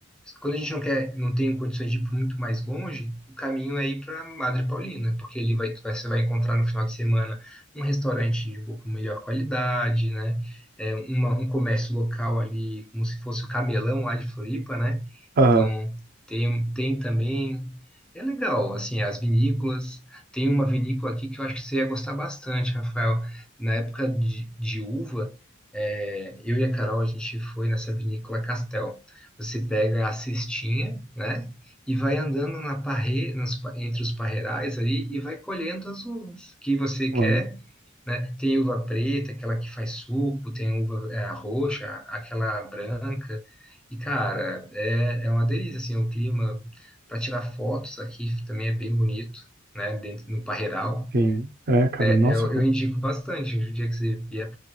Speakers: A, in the centre; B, on the right.
A: quando a gente não quer, não tem condições de ir muito mais longe, o caminho é ir para Madre Paulina, porque ali vai, vai- você vai encontrar no final de semana um restaurante de um pouco melhor qualidade, né? é, uma- um comércio local ali, como se fosse o Camelão lá de Floripa, né?
B: aham,
A: Então, tem, tem também. É legal, assim, as vinícolas. Tem uma vinícola aqui que eu acho que você ia gostar bastante, Rafael. Na época de, de uva, é, eu e a Carol, a gente foi nessa vinícola Castel. Você pega a cestinha, né? E vai andando na parre, nas pa- entre os parreirais ali e vai colhendo as uvas que você quer
B: aham,
A: né? Tem uva preta, aquela que faz suco, tem uva é, roxa, aquela branca. E, cara, é, é uma delícia, assim, o clima para tirar fotos aqui também é bem bonito, né? Dentro no Parreiral.
B: sim. É, cara,
A: É,
B: nossa,
A: eu,
B: foi-
A: eu indico bastante o dia que você vier